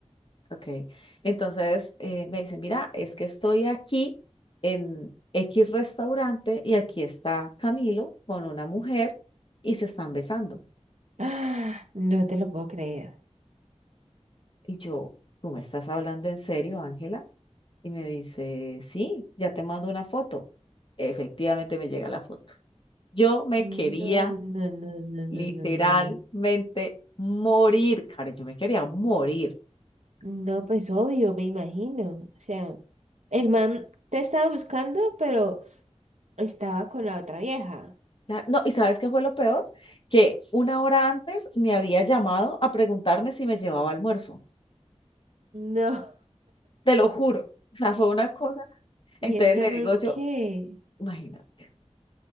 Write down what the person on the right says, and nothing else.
¡Ah! No te lo puedo creer.
No,
no, no, no, no,
no, no, no.
No, pues obvio, me imagino. O sea, el man te estaba buscando, pero estaba con la otra vieja.
No.
¿Y
este
man
qué?